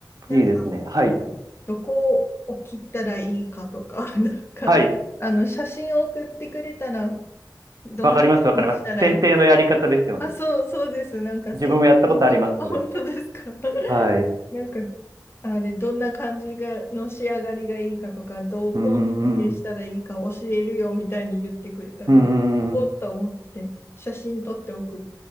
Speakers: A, on the left; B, on the right.
A: なん
B: いいですね。はい。
A: どこを切ったらいいかとか、<laughs> なんか、
B: はい。
A: あの、写真を送ってくれたら、どんな風にしたらいい
B: わかります、わかります。選定のやり方ですよね。
A: あ、そう、そうです。なんか、
B: 自分もやったことあります、
A: せん、<laughs> あ、
B: それ。
A: 本当ですか。<laughs>
B: はい。
A: なんか、あれ、どんな感じが、の仕上がりがいいかとか、どうこを設定したらいいか教えるよみたいに言ってくれたから、
B: うんうんうん。うんうんうん。
A: おっと思って、写真撮って送っ